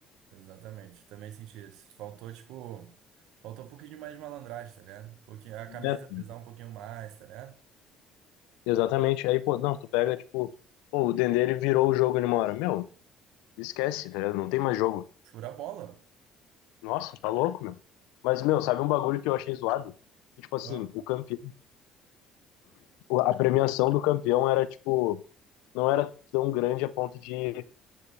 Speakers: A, on the right; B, on the left.
A: Exatamente. Também senti isso. Faltou, tipo. Faltou um pouquinho mais de malandragem, tá ligado? Porque a camisa
B: É,
A: pesar um pouquinho mais, tá ligado?
B: exatamente. Aí, pô, não, tu pega, tipo, pô, o Dendê, ele virou o jogo, ele mora. Meu, esquece, tá ligado? Não tem mais jogo.
A: Fura a bola.
B: Nossa, tá louco, meu. Mas, meu, sabe um bagulho que eu achei zoado? Que, tipo assim,
A: Ó,
B: o campeão, a premiação do campeão era, tipo, não era tão grande a ponto de,